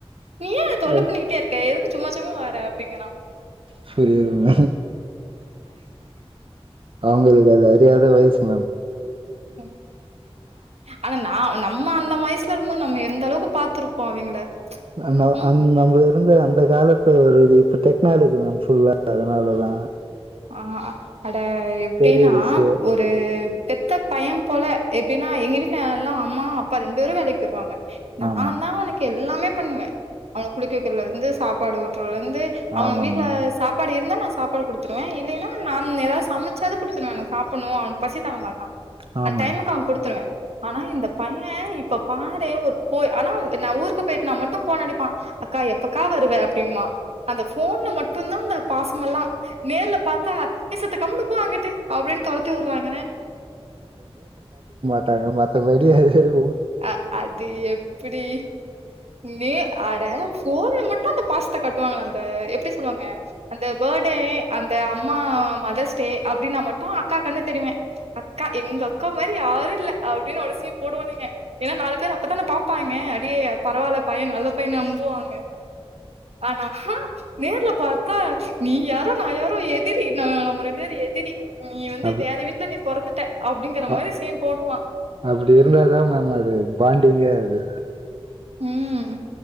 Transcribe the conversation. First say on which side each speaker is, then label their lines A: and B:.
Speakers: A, on the right (about 80°); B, on the right (about 60°).
A: நீ ஏ என்ன தொல்ல
B: அது
A: பண்ணிகிட்டே இருக்க எதுக் சும்மா சும்மா வார அப்படிங்கறா
B: புரியுதுங்க அவங்களுக்கு அது அறியாத வயசு ங்க
A: <unintelligible> <unintelligible> ஆனா நா நம்ம அந்த வைஸ்ல இருக்கம்போது நம்ம எந்தளவுக்கு பாத்ருப்போ அவிங்கள
B: அ ந
A: ம்
B: அன் நம்ம இருந்த அந்த கால த்து ஒரு இது இப்ப டெக்னாலஜி மேம் ஃபுல்லா அதுனாலதா
A: ஆ அட எப்டின்னா
B: பெரிய விஷயோ
A: ஒரு பெத்த டயம் போல எப்டின்னா எங்க வீட்ல எல்லா அம்மா அப்பா ரெண்டு பேரு வேலைக் போய்ருவாங்க நாந்தா
B: ஆமா
A: அவனுக்கு எ ல்லாமே பண்ணுவே அவன குளிக்க வெக்கிறதுலேந்து சாப்பாடு ஊட்ற வந்து அவங்க
B: ஆமா
A: வீட்டுல
B: மேம்
A: சாப்பாடு இருந்தா சாப்பாடு கொடுத்து கொடுத்துருவேன் இல்லைன்னா நான் ஏதாவது சமைச்சாவது கொடுத்துருவேன் என சாப்பிடும் அவனு பசித்தாங்க மாட்டான்
B: ஆமாம்.
A: அ டைமுக்கு அவன் குடுத்துருவேன் ஆனா இந்த பையன் இப்ப பாரு ஒரு போய் ஆனா நான் ஊருக்கு போயிட்டு நா மட்டும் போன் அடிப்பான் அக்கா எப்பக்கா வருவ அப்படியமா அந்த போன்ல மட்டும்தான் அந்த பாசம எல்லாம் நேர்ல பார்த்தா சத்த கம்முனு போ அங்கிட்ட அப்படின்னு துரத்தி விடுறேன்
B: மத்த <unintelligible>
A: அஹ் அது எப்படி நீ ஆடபோன்ல மட்டும் மும் அந்த பாஸ கட்டுவாங்கள அந்த எப்படி சொல்லுவாங்க அந்த பர்த்டே அந்த அம்மா மதர்ஸ்டே அப்படின்னா மட்டும் அக்கா கன்னுக்கு தெரியவேன் அக்கா எங்க அக்கா மாதிரி யாரும் இல்ல அப்டின்னு ஒரு சீன் போடுவானுங்க ஏன்னா நாலு பேர் அப்பதான பாப் பாங்க அப்டே பரவாயில்ல பையன் நல்ல பையன் நம்புவாங்க ஆனா நேர்ல பாத்தா நீ யாரோ நான் யாரோ எதிரி நான் நம்ம ரெண்டு நேரம் எதிரி நீ வந்து
B: அப்
A: வேற வீட்ல பொறந்துட்ட அப்டிங்கிற
B: அ
A: மாரி சீன் போடுவான்
B: அப்படி இருந்தா தான் மேம் அது பாண்டிங்கே ஆகுது
A: உம்